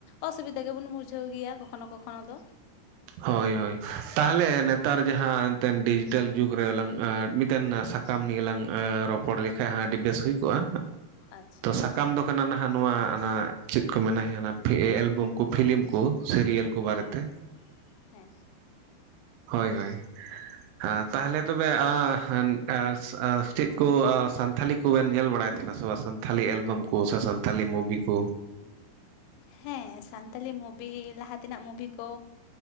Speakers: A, on the left (about 85°); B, on the right (about 85°).
A: ᱚᱥᱩᱵᱤᱫᱟ ᱜᱮᱵᱚᱱ <unintelligible> ᱵᱩᱡᱷᱟᱹᱣ ᱜᱮᱭᱟ ᱠᱚᱠᱷᱚᱱᱳ ᱠᱚᱠᱷᱚᱱᱳ ᱫᱚ᱾
B: ᱦᱳᱭ ᱦᱳᱭ ᱛᱟᱦᱚᱞᱮ ᱱᱮᱛᱟᱨ ᱡᱟᱦᱟᱸ ᱮᱱᱛᱮᱱ ᱰᱤᱡᱤᱴᱮᱞ ᱡᱩᱜᱽ ᱨᱮᱞᱟᱝ ᱢᱤᱫᱴᱮᱱ ᱥᱟ ᱥᱟᱠᱟᱢ ᱱᱤᱭᱮ ᱜᱮᱞᱟᱝ ᱨᱚᱯᱚᱲ ᱞᱮᱠᱷᱟᱡ ᱟᱹᱰᱤ ᱵᱮᱥ ᱦᱩᱭ ᱠᱚᱜᱼᱟ᱾
A: ᱟᱪᱪᱷᱟ
B: ᱥᱟᱠᱟᱢ ᱫᱚ ᱠᱟᱱᱟ ᱱᱟᱦᱟᱜ ᱱᱚᱣᱟ ᱪᱮᱫ ᱠᱚ ᱢᱮᱱᱟ ᱮᱞᱵᱟᱢ ᱠᱚ ᱯᱷᱤᱞᱤᱢ ᱠᱚ ᱥᱤᱨᱤᱭᱟᱞ ᱠᱚ᱾ ᱠᱚ ᱵᱟᱨᱮᱛᱮ
A: ᱦᱮᱸ ᱦᱮᱸ᱾
B: ᱦᱳᱭ ᱦᱳᱭ᱾ ᱦᱮᱸ ᱛᱟᱦᱚᱞᱮ ᱛᱚᱵᱮ <unintelligible> ᱪᱮᱫ ᱠᱚ ᱥᱟᱱᱛᱷᱟᱞᱤ ᱠᱚᱵᱮᱱ ᱧᱮᱞ ᱵᱟᱲᱟᱭ ᱛᱟᱦᱮᱱᱟ ᱥᱮ ᱵᱟᱝ ᱛᱷᱟᱞᱤ ᱮᱞᱵᱟᱢ ᱠᱚ ᱥᱮ ᱥᱟᱱᱛᱷᱟᱤ ᱢᱩᱵᱷᱤ ᱠᱚ᱾
A: ᱦᱮᱸ ᱥᱟᱱᱛᱟᱞᱤ ᱢᱩᱵᱷᱤ ᱞᱟᱦᱟ ᱛᱮᱱᱟᱜ ᱢᱩᱵᱷᱤ ᱠᱚ᱾